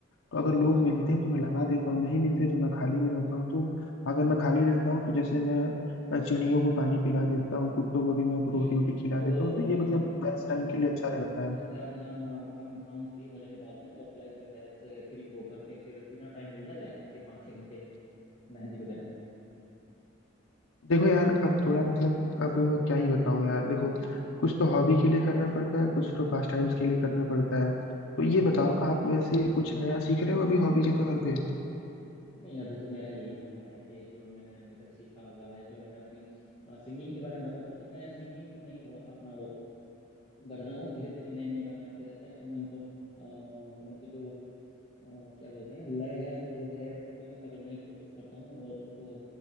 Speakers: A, on the left; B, on the left.
A: तो अगर
B: बिल्कुल
A: लोग
B: बिल्कुल
A: मिलते हैं तो मैं लगा देता हूँ नहीं मिलते तो मैं खाली भी रहता हूँ तो अगर मैं खाली रहता हूँ तो जैसे मैं चिड़ियों को पानी पिला देता हूँ कुत्तों को भी मैं
B: नहीं
A: रोटी वोटी खिला
B: जो
A: देता हूँ तो
B: अपना
A: ये मतलब पास टाइम के लिए अच्छा
B: तो
A: रहता है
B: जैसे अपना काम धाम फ्री होने के बाद में वर्क लाइफ जो है उससे फ्री हो करके फिर इतना टाइम मिल जाता है कि पाँच छः घंटे मेहंदी वगैरह में
A: देखो यार अब थोड़ा मतलब अब क्या ही बताऊं यार देखो कुछ तो हॉबी के लिए करना पड़ता है कुछ तो पास टाइम्स के लिए करना पड़ता है तो ये
B: हम्म
A: बताओ आप वैसे कुछ नया सीख रहे हो अभी हॉबी के तौर पे
B: नहीं अभी तो मेरा यही चल रहा है कि जो मैंने अभी तक सीखा हुआ है जो मैं अभी नहीं सिंगिंग के बारे में बता रहा था तो मैं सिंगिंग में ही थोड़ा सा अपना और बढ़ रहा हूँ धीरे धीरे नए नए गाने आते रहते हैं तो मैं उनको अ, उनकी जो अ, क्या बोलते हैं लय है सुर है उसको मैं पकड़ने की कोशिश करता हूँ और उसको